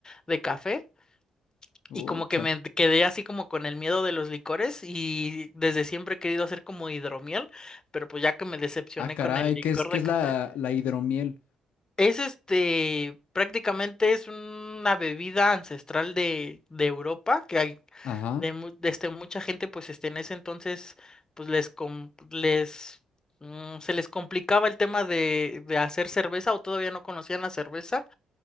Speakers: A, on the left; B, on the left.
A: de café.
B: Ucha.
A: Y como que me quedé así como con el miedo de los licores y desde siempre he querido hacer como hidromiel, pero pues ya que me decepcioné
B: Ah, caray,
A: con el licor
B: ¿qué es, qué
A: de
B: es
A: café.
B: la, la hidromiel?
A: Es este, prácticamente es una bebida ancestral de, de Europa, que hay,
B: Ajá.
A: de, mu- de, este, mucha gente, pues este, en ese entonces, pues les, com- les mm, se les complicaba el tema de, de hacer cerveza o todavía no conocían la cerveza